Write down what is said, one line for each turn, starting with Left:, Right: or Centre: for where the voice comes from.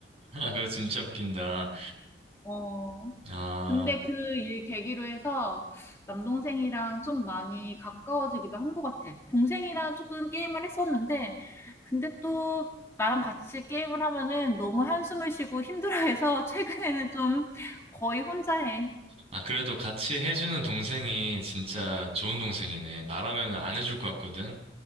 Right: 그거 진짜 웃긴다.
Left: 어.
Right: 아.
Left: 근데 그 일 계기로 해서 남동생이랑 좀 많이 가까워지기도 한 것 같아. 동생이랑 조금 게임을 했었는데, 근데 또 나랑 같이 게임을 하면은 너무 한숨을 쉬고 힘들어해서 <laughs> 최근에는 좀 거의 혼자 해.
Right: 아, 그래도 같이 해주는 동생이 진짜 좋은 동생이네. 나라면 안 해줄 것 같거든.